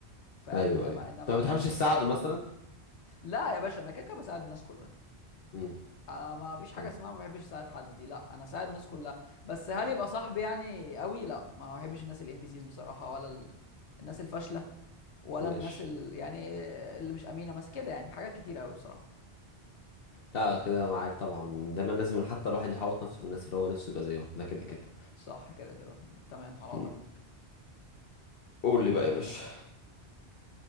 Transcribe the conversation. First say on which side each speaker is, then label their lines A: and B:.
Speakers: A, on the left; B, on the left.
A: فاهم
B: ايوه
A: انما
B: ايوه
A: انما
B: انت ما بتحبش
A: ب-
B: تساعده مثلا
A: لا يا باشا انا كده كده بساعد الناس كلها
B: امم
A: انا ما فيش
B: اوكي
A: حاجه اسمها ما بحبش اساعد حد دي لا انا اساعد الناس كلها بس هل يبقى صاحبي يعني قوي لا ما بحبش الناس الام بي سيز بصراحه ولا ال... الناس الفاشله ولا
B: ماشي
A: الناس ال... يعني اللي مش امينه بس كده يعني حاجات كتير قوي بصراحه
B: لا كده معاك طبعا دايما لازم حتى الواحد يحوط نفسه بالناس اللي هو نفسه يبقى زيهم ده كده كده
A: صح كده كده تمام على وضعها
B: مم. قول لي بقى يا باشا